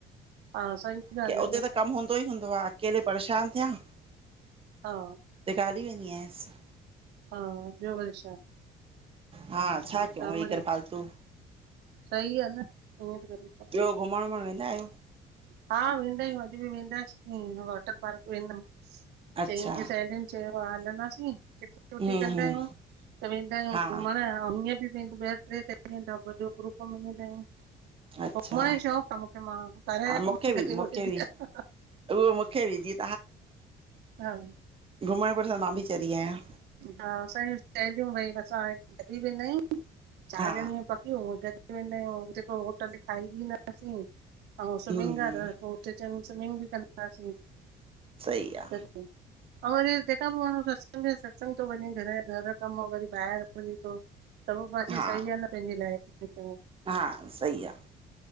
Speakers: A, on the right; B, on the right.
A: हा सही ॻाल्हि आहे
B: उते
A: न
B: त कमु हूंदो ई हूंदो आअकेले परेशान थिया। तंहिंखां
A: हा
B: हली वेंदी आयासि।
A: हा, ॿियो वरी छा
B: हा छा
A: ठीक
B: कयूं
A: आ
B: वेही
A: मिणई
B: करे फालतू
A: सही आ न, ईंयं बि <unintelligible>
B: ॿियो, घुमंण वुमंण वेंदा आहियो?
A: हा वेंदा आहियूं, अॼु बि वेंदासीं वॉटर पार्क वेंदमि
B: अच्छा
A: चईं वॻे सहेलियुन चयो आ हलंदासीं, किटी -वुटी
B: हम्म
A: कंदा
B: हम्म
A: आहियूं त वेंदा आहियूं
B: हा
A: घुमंण। अंउं हीअं बि वेंद ॿ ट्रे सहेलियूं इनि त गॾु ग्रुप में वेंदा आहियंउं।
B: अच्छा
A: घुमंण जो शौक़ आ मुखे मां घर
B: हा
A: या
B: मूंखे
A: कम करे
B: बि
A: वठंदी
B: मूंखे बि
A: आहियां,
B: उहो मूंखे बि जीअं
A: हा।
B: घुमंण -फिरण सां मां बि चरी आहियां।
A: हा असांयू सहेलियूं भई असां हाणे गॾुई वेंदा आहियूं, चार
B: हा
A: ॼणियूं आहियंउ पक्की पक्कियूं, गॾु वेंदा आहियंउ, हुते पो होटल खाई बि ईंदासीं अंउं स्विमिंग
B: हम्म
A: कर पो हुते चंञीं स्विमिंग बि कंदासीं।
B: सही आ।
A: अंउं वरी तेखा पो माण्हूँ सत्संग बि आ, सत्संग तो वंञें घर जा घर कम वरी ॿाहिरि। वंञे तो सभु पासे
B: हा
A: सही आ न पंहिंजे लाइफ में त।
B: हा सही आ